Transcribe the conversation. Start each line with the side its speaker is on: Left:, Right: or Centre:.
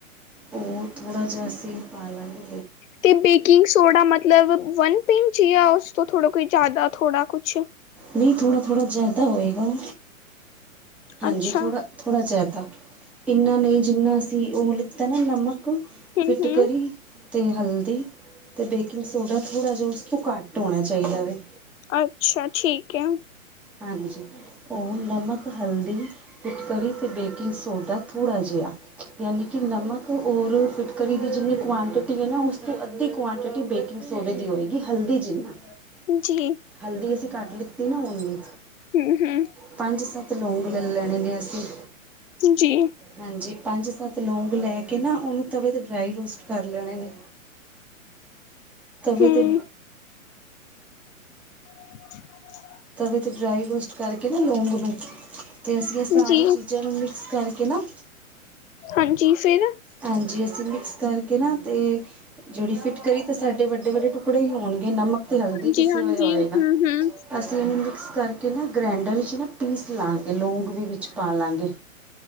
Centre: ਓ ਥੋੜਾ ਜੇਆ ਅਸੀਂ ਪਾ ਲਾਂਗੇ
Left: ਤੇ ਬੇਕਿੰਗ ਸੋਡਾ ਮਤਲਬ ਵਨ ਪਿੰਚ ਜਾਂ ਓਸ ਤੋਂ ਥੋੜਾ ਕੋਈ ਜਾਦਾ ਥੋੜਾ ਕੁਛ
Centre: ਨਈ ਥੋੜ੍ਹਾ-ਥੋੜ੍ਹਾ ਜਾਦਾ ਹੋਵੇਗਾ। ਹਾਂਜੀ
Left: ਅੱਛਾ
Centre: ਥੋੜ੍ਹਾ-ਥੋੜ੍ਹਾ ਜਾਦਾ, ਏਨਾ ਨਈ ਜੀਨਾ ਅਸੀਂ ਓ ਲੀਤਾ ਨਾ ਨਮਕ
Left: ਹਮ
Centre: ਫਿੱਟਕਰੀ
Left: ਹਮ
Centre: ਤੇ ਹਲਦੀ, ਤੇ ਬੇਕਿੰਗ ਸੋਡਾ ਥੋੜ੍ਹਾ ਜੇਆ ਓਸ ਤੋਂ ਘੱਟ ਹੋਣਾ ਚਾਈਦਾ ਵੇ।
Left: ਅੱਛਾ ਠੀਕ ਐ।
Centre: ਹਾਂਜੀ ਓ ਨਮਕ ਹਲਦੀ ਫਿਟਕੀ ਤੇ ਬੇਕਿੰਗ ਸੋਡਾ ਥੋੜ੍ਹਾ ਜੇਆ ਯਾਨੀ ਕੇ ਨਮਕ ਓਰ ਫਿਟਕੀ ਦੀ ਜੀਨੀ ਕੁਵਆਂਟਿਟੀ ਐ ਨਾ ਓਸ ਅਦੀ ਕੁਆਂਟਿਟੀ ਬੇਕਿੰਗ ਸੋਡੇ ਦੀ ਹੋਏਗੀ ਹਲਦੀ ਜੀਨਾ
Left: ਜੀ
Centre: ਹਲਦੀ ਅਸੀਂ ਘੱਟ ਲੀਤੀ ਨਾ ਓਨੀ
Left: ਹੂ, ਹੂ।
Centre: ਪੰਜ-ਸੱਤ ਲੌਂਗ ਲੈ ਲੈਣੇ ਨੇ ਅਸੀਂ
Left: ਜੀ
Centre: ਹਾਂਜੀ ਪੰਜ-ਸੱਤ ਲੌਂਗ ਲੈ ਕੇ ਨਾ ਓਨੂੰ ਤਵੇ ਤੇ ਡਰਾਈ ਰੋਸਟ ਕਰ ਲੈਣੇ ਨੇ, ਤਵੇ
Left: ਹਮ
Centre: ਤੇ
Left: <inaudible>
Centre: ਤਵੇ ਤੇ ਡਰਾਈ ਰੋਸਟ ਕਰਕੇ ਨਾ ਲੌਂਗ ਨੂੰ ਤੇ ਅਸੀਂ ਆ ਸਾਰੀ
Left: ਜੀ
Centre: ਚੀਜ਼ਾਂ ਨੂੰ ਮਿਕਸ ਕਰਕੇ ਨਾ
Left: ਹਾਂਜੀ ਫੇਰ?
Centre: ਹਾਂਜੀ ਅਸੀਂ ਮਿਕਸ ਕਰਕੇ ਨਾ ਤੇ ਜੇੜੀ ਫਿੱਟਕਰੀ ਤੇ ਸਾਡੇ ਵੱਡੇ-ਵੱਡੇ ਟੁਕੜੇ ਈ ਹੋਣਗੇ ਨਮਕ ਤੇ ਹਲਦੀ
Left: ਹਾਂਜੀ
Centre: ਪੀਸੇ
Left: ਹਾਂਜੀ
Centre: ਹੋਏ ਹੋਏਗਾ।
Left: ਹਮ ਹਮ
Centre: <unintelligible> ਮਿਕਸ ਕਰਕੇ ਨਾ ਗ੍ਰੈਂਡਰ ਵਿੱਚ ਨਾ ਪੀਸ ਲਾਗੇ ਲੌਂਗ ਵੀ ਵੀਚ ਪਾ ਲਾਗੇ।